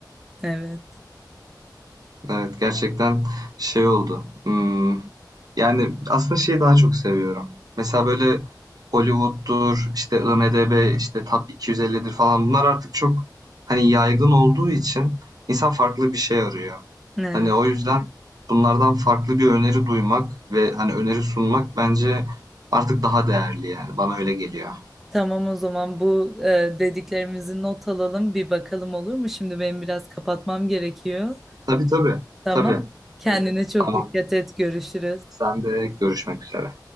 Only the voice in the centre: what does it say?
Evet.
Evet.
Tamam o zaman bu e, dediklerimizi not alalım bir bakalım olur mu? Şimdi benim biraz kapatmam gerekiyor.
Tamam.
Kendine
çok
dikkat et. Görüşürüz.